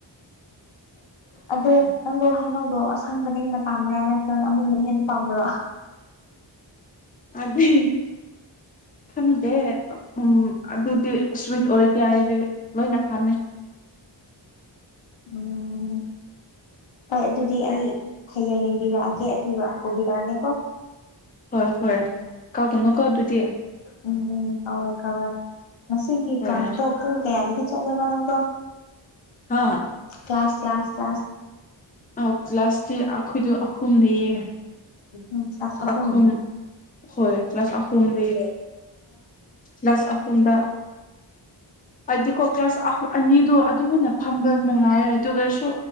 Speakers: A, on the left (about 85°); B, on the left (about 20°).
A: ꯑꯗꯣ ꯅꯪꯗꯣ ꯍꯩꯅꯧꯗꯣ ꯑꯁꯪꯕꯅ ꯍꯦꯟꯅ ꯄꯥꯝꯕ꯭ꯔꯥ ꯅꯠꯇ꯭ꯔꯒꯅ ꯑꯃꯨꯟꯕꯅ ꯍꯦꯟꯅ ꯄꯥꯝꯕ꯭ꯔꯥ
B: ꯍꯥꯢꯗꯤ ꯈꯪꯗꯦ ꯎꯝ ꯑꯗꯨꯗꯤ ꯁ꯭ꯋꯤꯠ ꯑꯣꯏꯔꯗꯤ ꯑꯩꯗꯤ ꯂꯣꯏꯅ ꯄꯥꯝꯃꯦ
A: ꯎꯝ ꯍꯣꯏ ꯑꯗꯨꯗꯤ ꯑꯩ ꯍꯌꯦꯡ ꯌꯦꯡꯕꯤꯔꯛꯑꯒꯦ ꯑꯗꯨꯒ ꯄꯨꯕꯤꯔꯛꯑꯒꯦ ꯀꯣ
B: ꯍꯣꯏ ꯐꯔꯦ ꯀꯥꯎꯒꯅꯣꯀꯣ ꯑꯗꯨꯗꯤ
A: ꯎꯝ ꯎꯝ ꯀꯥꯎꯔꯣꯢ ꯀꯥꯎꯔꯣꯢ ꯉꯁꯤꯒꯤ
B: ꯍꯣꯏ
A: ꯀ꯭ꯂꯥꯁꯇꯣ ꯄꯨꯡ ꯀꯌꯥꯗꯒꯤ ꯆꯠꯂꯕ ꯅꯪꯗꯣ
B: ꯑꯥ
A: ꯀ꯭ꯂꯥꯁ ꯀ꯭ꯂꯥꯁ ꯀ꯭ꯂꯥꯁ
B: ꯑ ꯀ꯭ꯂꯥꯁꯇꯤ ꯑꯩꯈꯣꯏꯗꯣ ꯑꯍꯨꯝꯅꯦꯌꯦ
A: ꯎꯝ ꯀ꯭ꯂꯥꯁ ꯑꯍꯨꯝ
B: ꯑꯈꯨꯝ ꯍꯣꯏ ꯀ꯭ꯂꯥꯁ ꯑꯍꯨꯝꯅꯦꯌꯦ ꯀ꯭ꯂꯥꯁ ꯑꯍꯨꯝꯗ ꯑꯩꯗꯤꯀꯣ ꯀ꯭ꯂꯥꯁ ꯑꯍꯨ ꯑꯅꯤꯗꯣ ꯑ ꯇꯨꯃꯤꯟꯅ ꯐꯝꯕ ꯅꯨꯡꯉꯥꯏꯔꯦ ꯑꯗꯨꯒꯁꯨ